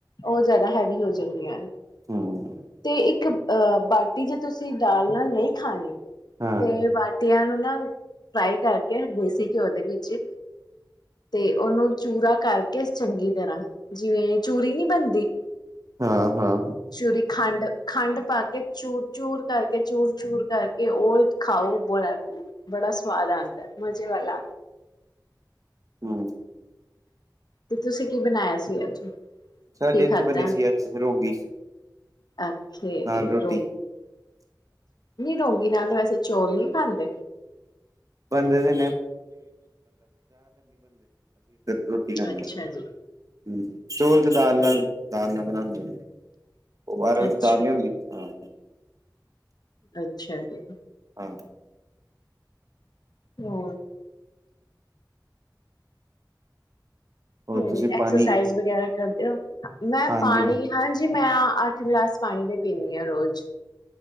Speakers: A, on the left (about 65°); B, on the right (about 50°).
A: ਉਹ ਜ਼ਿਆਦਾ ਹੈਵੀ ਹੋ ਜਾਣ ਦਿਆ।
B: ਹੂੰ,
A: ਤੇ ਇੱਕ ਅਹ ਬਾਟੀ ਜੇ ਤੁਸੀਂ ਦਾਲ ਨਾਲ ਨਹੀਂ ਖਾਨੀਂ
B: ਹਾਂ,
A: ਤੇ ਬਾਟੀਆਂ ਨੂੰ ਫਰਾਈ ਕਰਕੇ ਦੇਸੀ ਘਿਓ ਦੇ ਵਿੱਚ ਤੇ ਉਹਨੂੰ ਚੂਰਾ ਕਰਕੇ ਚੰਗੀ ਤਰ੍ਹਾਂ ਜਿਵੇਂ ਚੂਰੀ ਨੀ ਬਣਦੀ
B: ਹਾਂ ਹਾਂ
A: ਚੂਰੀ ਖੰਡ ਖੰਡ ਪਾਕੇ ਚ ਚੂਰ ਕਰਕੇ ਚੂਰ ਚੂਰ ਕਰਕੇ ਉਹ ਖਾਓ ਬੜਾ ਬੜਾ ਸਵਾਦ ਆਉਂਦਾ ਮਜ਼ੇ ਵਾਲਾ ਆ
B: ਹਮ
A: ਤੇ ਤੁਸੀਂ ਕੀ ਬਣਾਇਆ ਸੀ ਅੱਜ
B: ਸਾਡੇ
A: ਕੀ
B: ਇੱਥੇ
A: ਖਾ
B: ਬਣੀ
A: ਦਾ
B: ਸੀ ਅੱਜ ਰੋਂਗੀ
A: ਅੱਛਾ
B: ਨਾਲ
A: ਨ
B: ਰੋਟੀ।
A: ਰੋਂਗੀ ਨਾਲ ਵੈਸੇ ਚੌਲ ਨਹੀਂ ਖਾਂਦੇ
B: ਇੱਧਰ ਰੋਟੀ ਖਾਂਦੇ
A: ਅੱਛਾ
B: ਹ ਹ
A: ਜੀ
B: ਚੋਲ ਤੇ ਦਾਲ ਨਾਲ ਦਾਲ ਨਾਲ਼ ਬਣਾਦੇ ਉਹਾਰ ਉਹ
A: ਅੱਛਾ
B: ਦੀ ਦਾਲ ਨੀ ਹੁੰਦੀ ਹ
A: ਅੱਛਾ ਜੀ
B: ਹਾਂ
A: ਹੋਰ
B: ਹੋਰ
A: ਹਮ
B: ਤੁਸੀਂ
A: ਐਕਸਰਸਾਈਜ਼
B: ਪਾਣੀ
A: ਵਗੈਰਾ ਕਰਦੇਓ ਮੈਂ
B: ਹਾਂਜੀ
A: ਪਾਣੀ
B: ਹਾਂ
A: ਹਾਂਜੀ ਮੈਂ ਅੱਠ ਗਲਾਸ ਪਾਣੀ ਦੇ ਪੀਦੀ ਹਾਂ ਰੋਜ਼